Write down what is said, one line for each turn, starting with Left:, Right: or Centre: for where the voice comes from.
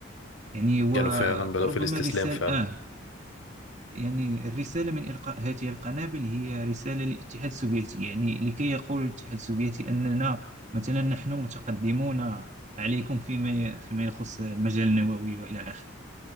Right: يعني وربما
Left: كانوا فعلا بدأوا في الاستسلام
Right: الرسالة
Left: فعلا
Right: آه يعني الرسالة من إلقاء هذه القنابل هي رسالة للاتحاد السوفيتي يعني لكي يقول الاتحاد السوفيتي أننا مثلا نحن متقدمون عليكم فيما فيما يخص المجال النووي وإلى آخره